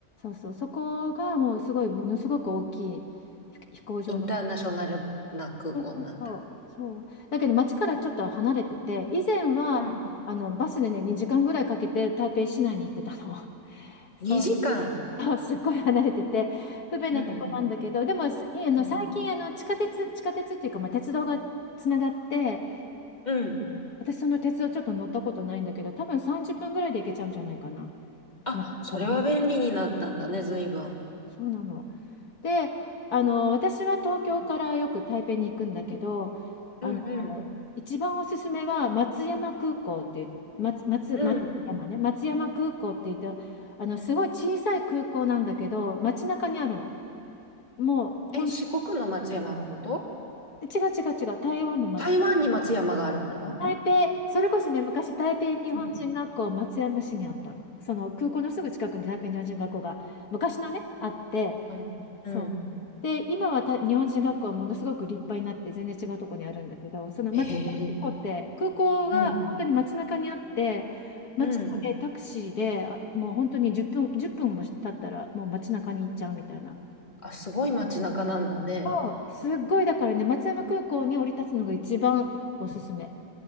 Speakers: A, on the left; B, on the left.
A: うそうそこがもうすごいものすごく大きい飛飛行場なの
B: インターナショナルな空港なんだ。
A: そうそうそうそうだけど街からちょっと離れてて以前はあのバスでね2時間ぐらいかけて台北市内に行ってたの。
B: うん、
A: <laughs> そう
B: 2時間。
A: <laughs> そうすっごい離れてて不便なとこなんだけどでもすあの最近あの地下鉄地下鉄っていうか、
B: うん。うん、
A: まあ、鉄道がつながって
B: うん、
A: 私その鉄道ちょっと乗ったことないんだけど多分30分ぐらいで行けちゃうんじゃないかな、
B: あ、
A: まあ、
B: それは便利になったんだね、
A: そう
B: 随分。
A: そうなの。であの私は東京からよく台北に行くんだけどあの
B: うん、うん、
A: 一番おすすめは松山空港っていう松、松、
B: うん。
A: 松山ね松山空港って言ってあのすごい小さい空港なんだけど街中にあるの。もう本
B: え、四国の松山のこと
A: 違う違う違う、台湾の、ま、
B: 台湾に松山があるの
A: 台北、それこそね、昔、台北日本人学校、
B: うん、
A: 松山市にあったの。その空港のすぐ近くに台北日本人学校が昔のね、あって、
B: うん、うん
A: そう。で、今はた日本人学校はものすごく立派になって、全然違うところにあるんだけど、その松山空港って、
B: へえ。
A: 空港が本当に街中にあって、
B: うん、
A: 街までタクシーで、
B: うん、
A: あもう本当に10分、1分も経ったら、もう街中に行っちゃうみたいな。
B: あ、すごい街中なんだね。
A: そうすっごいだからね、松山空港に降り立つのが一番おすすめ。